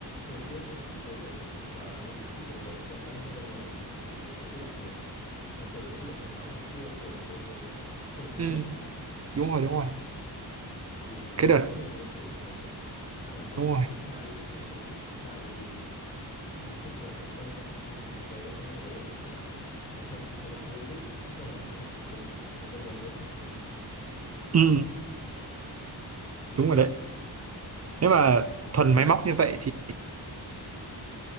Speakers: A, on the left (about 25°); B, on the right (about 40°).
A: framework của bên đấy và nó có thể sử dụng được và nhanh hơn con người làm bởi vì nó tự động rồi nó kiểu giống tự động hóa ngày xưa của đội ờ, cơ khí
B: ừ
A: ấy.
B: đúng rồi đúng rồi
A: thì nó sẽ
B: cái
A: giảm
B: đợt
A: bớt được nhân sự là một này giảm bớt
B: đúng rồi
A: tính sai đi, là cái chuyện- sự sai bởi vì bản chất của cái công nghệ thông à, cái công nghệ đấy nó sẽ là chạy theo dạng logic chứ không phải chạy theo cảm tính mà con người rất cảm tính
B: ừ đúng rồi đấy nếu mà
A: nên
B: thuần
A: là
B: máy móc như vậy thì